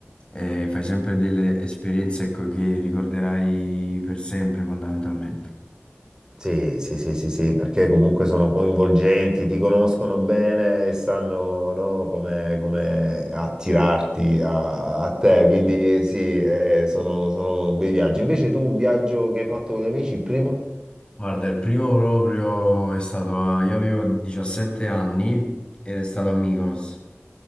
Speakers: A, on the left (about 25°); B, on the right (about 15°).
A: eh, fai sempre delle esperienze, ecco, che ricorderai per sempre, fondamentalmente.
B: Sì, sì, sì, sì, sì, perché comunque sono coinvolgenti, ti conoscono bene e sanno, no, come, come attirarti a, a te, quindi sì, eh, sono, sono bei viaggi. Invece tu un viaggio che hai fatto con gli amici, il primo?
A: Guarda, il primo proprio è stato a... Io avevo 17 anni ed è stato a Mykonos.